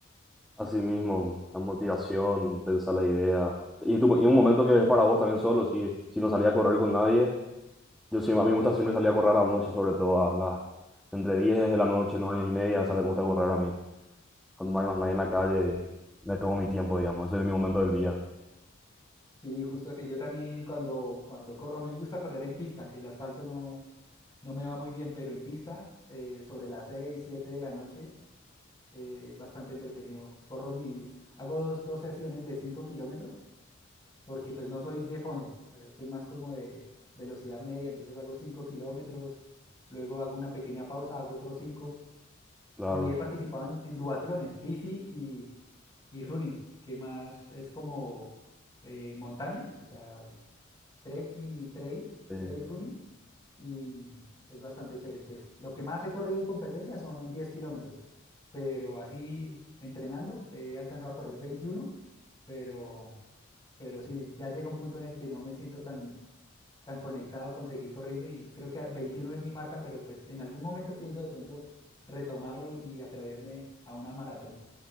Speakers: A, in the centre; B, on the left.
A: Así mismo, la motivación, pensar la idea. Y, tu- y un momento que es para vos también solo, si, si no salía a correr con nadie. Yo sí, a mí me gusta siempre salir a correr a la noche, sobre todo a las, entre 10 de la noche, 9 y media, sale, me gusta correr a mí. Cuando no hay más nadie en la calle, y me tomo mi tiempo, digamos. Ese es mi momento del día.
B: Sí, justo así. Yo también cuando, cuando corro, a mí me gusta correr en pista. El asfalto no, no me va muy bien, pero en pista, eh, sobre las 6 7 de la noche, eh, bastante entretenido. Corro mi, hago dos, dos sesiones de 5 kilómetros porque pues no soy de fondo, eh, soy más como de velocidad media, entonces hago cinco kilómetros, luego hago una pequeña pausa, hago otros 5
A: Claro,
B: y he participado en, en duatlones, bici y, y running, que más es como eh, montaña, o sea, trekking y trail,
A: sí.
B: trail running y es bastante chévere. Pues lo que más he corrido en competencia son 10 kilómetros, pero así entrenando he alcanzado a correr 21 pero pero sí, ya llega un punto en el que no me siento tan, tan conectado con seguir corriendo y creo que a- 21 es mi marca, pero pues en algún momento pienso de pronto retomarlo y atreverme a una maratón.